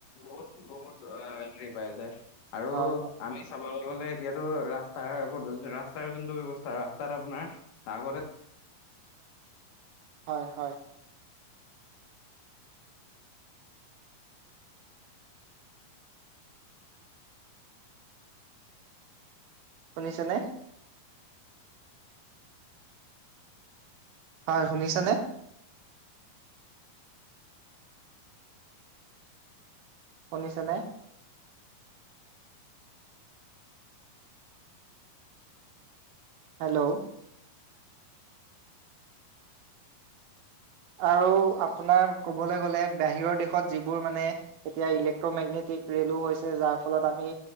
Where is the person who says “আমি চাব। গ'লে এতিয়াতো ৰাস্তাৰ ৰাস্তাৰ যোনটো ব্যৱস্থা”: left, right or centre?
Left